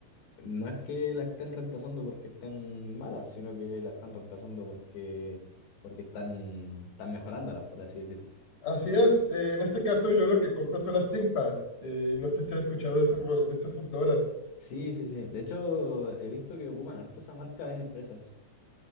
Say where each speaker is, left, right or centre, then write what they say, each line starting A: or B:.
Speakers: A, on the left; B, on the left.
A: No es que la estén reemplazando porque estén malas, sino que la están reemplazando porque, porque están, están mejorándolas, por así decir.
B: Así es, eh, en este caso yo lo que compro son las ThinkPad. Eh, no sé si has escuchado de, eso- de estas computadoras.
A: Sí, sí, sí. De hecho, he visto que ocupan harto esa marca en empresas.